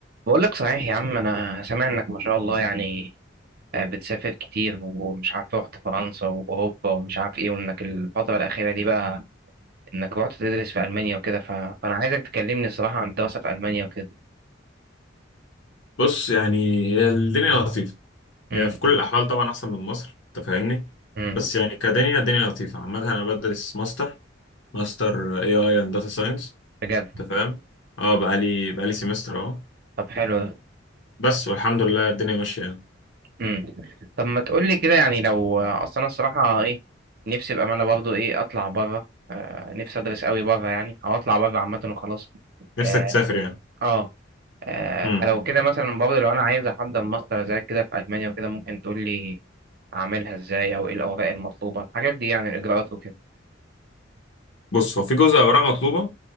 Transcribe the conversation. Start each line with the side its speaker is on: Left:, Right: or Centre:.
Right: بقول لك صحيح يا عم انا سامع انك ما شاء الله يعني آه، بتسافر كتير ومش عارف رحت فرنسا واوروبا ومش عارف ايه وانك الفتره الاخيره دي بقى انك رحت تدرس في المانيا وكده ف... فانا عايزك تكلمني الصراحه عن الدراسه في المانيا وكده
Left: بص يعني هي الدنيا لطيفة
Right: امم
Left: هي في كل الأحوال طبعا أحسن من مصر أنت فاهمني
Right: امم
Left: بس يعني كدنيا الدنيا لطيفة عامة أنا بدرس ماستر ماستر اي اي اند داتا ساينس
Right: بجد
Left: أنت فاهم اه بقالي بقالي سيمستر اهو
Right: طب حلو ده
Left: بس والحمد لله الدنيا ماشية يعني
Right: امم طب ما تقول لي كده يعني لو اصل انا الصراحه ايه نفسي بقى انا برضو ايه اطلع بره آه، نفسي ادرس قوي بره يعني او اطلع بره عامه وخلاص
Left: نفسك
Right: اه
Left: تسافر يعني
Right: آه. آه،
Left: امم
Right: فلو كده مثلا برضه لو انا عايز احضر ماستر زي كده في المانيا وكده ممكن تقول لي اعملها ازاي او ايه الاوراق المطلوبه الحاجات دي يعني الاجراءات وكده
Left: بص هو في جزء أوراق مطلوبة